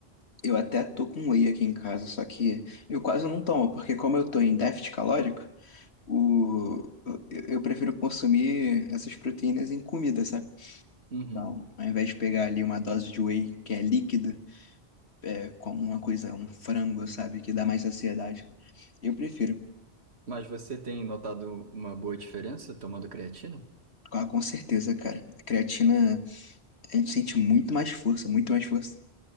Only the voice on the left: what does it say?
Eu até tô com whey aqui em casa, só que eu quase não tomo, porque como eu tô em déficit calórico, o... eu eu prefiro consumir essas proteínas em comida, sabe?
Então, ao invés de pegar ali uma dose de whey, que é líquido, é como uma coisa, um frango, sabe? Que dá mais saciedade. Eu prefiro,
com com certeza, cara. Creatina, a gente sente muito mais força, muito mais força.